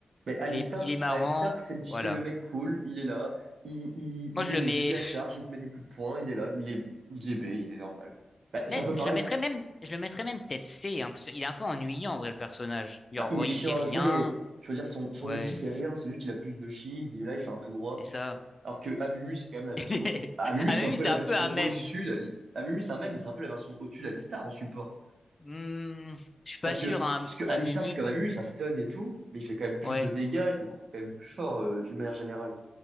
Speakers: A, on the right; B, on the left.
A: Mais Alistar,
B: il est, il est marrant,
A: Alistar, c'est le c'est
B: voilà.
A: le mec cool, il est là, il, il, il
B: Moi, je
A: met
B: le
A: des
B: mets,
A: gigacharges,
B: pff,
A: il te met des coups de poing, il est là, il est, il est B, il est normal. Bah,
B: même,
A: c'est un peu pareil,
B: je le mettrais même, je le mettrais même peut-être C, hein, parce qu'il est un peu ennuyant, en vrai, le personnage. Genre,
A: Bah, il est
B: il
A: chiant
B: dit rien,
A: à jouer, je veux dire, son, son
B: ouais,
A: ulti c'est rien, c'est juste qu'il a plus de shield, il est là, il fait un tout droit.
B: c'est ça.
A: Alors que Amumu, c'est quand même la version...
B: <laughs>
A: Amumu,
B: Ah,
A: c'est
B: Mumu,
A: un peu
B: c'est
A: la
B: un
A: version
B: peu un mème.
A: au-dessus, d'Ali- Amumu c'est un même, mais c'est un peu la version au-dessus d'Alistar en support.
B: Hmm, je suis pas
A: Parce
B: sûr,
A: que,
B: hein,
A: parce que
B: à
A: Alistar
B: Mumu,
A: c'est comme
B: bon,
A: Amumu, ça stun et tout, mais il fait quand même plus
B: ouais.
A: de dégâts, je le trouve quand même plus fort euh, d'une manière générale.